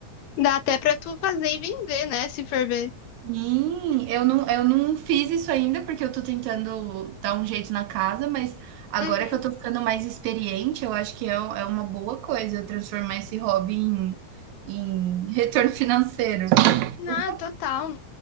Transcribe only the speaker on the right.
Sim, eu não, eu não fiz isso ainda, porque eu tô tentando dar um jeito na casa, mas agora
que eu tô ficando mais experiente, eu acho que é, um- é uma boa coisa transformar esse hobby em, em retorno financeiro.
Opa!